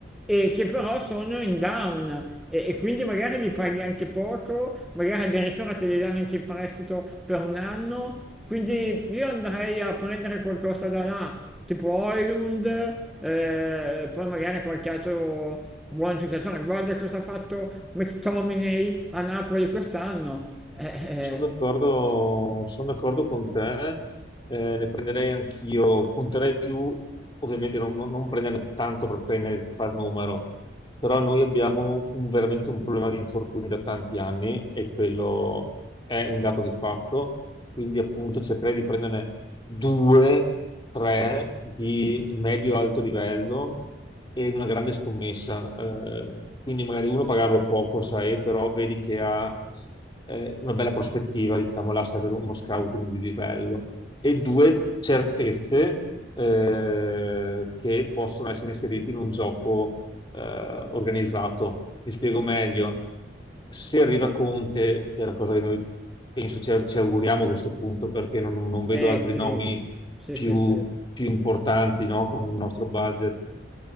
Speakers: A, in the centre; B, on the left (about 25°).
A: e che però sono in down e, e quindi magari li paghi anche poco, magari addirittura te li danno anche in prestito per un anno, quindi io andrei a prendere qualcosa da là, tipo Oilund, eh, poi magari qualche altro buon giocatore. Guarda cosa ha fatto McTominay a Napoli quest'anno. Eh,
B: Sono d'accordo, sono d'accordo con te, eh, ne prenderei anch'io, punterei più, ovviamente non, non- non prenderne tanto per prendere per far numero, però noi abbiamo un- veramente un problema di infortuni da tanti anni e quello è un dato di fatto, quindi appunto cercherei di prenderne due, tre di medio-alto livello e una grande scommessa. eh, quindi magari uno pagarlo poco, sai, però vedi che ha eh, una bella prospettiva, diciamo, là sai, per uno scouting di livello. E due, certezze eh, che possono essere inserite in un gioco eh, organizzato. Mi spiego meglio. Se arriva Conte, che è la cosa che noi penso ci, ci auguriamo a questo punto, perché non, non vedo
A: eh,
B: altri
A: eh, sì,
B: nomi
A: sì,
B: più,
A: sì, sì.
B: più importanti, no, con il nostro budget